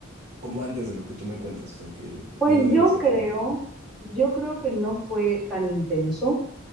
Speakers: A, on the right; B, in the centre.
A: como antes de lo que tú me cuentas, o sea, que
B: Pues
A: ya en la universidad.
B: yo creo,
A: como que-
B: yo creo que no fue tan intenso.